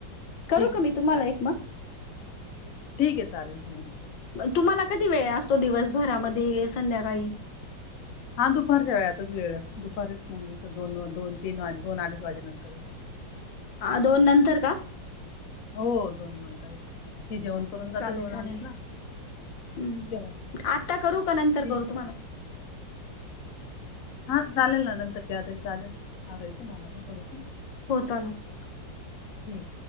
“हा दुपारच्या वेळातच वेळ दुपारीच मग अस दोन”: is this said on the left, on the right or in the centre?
Left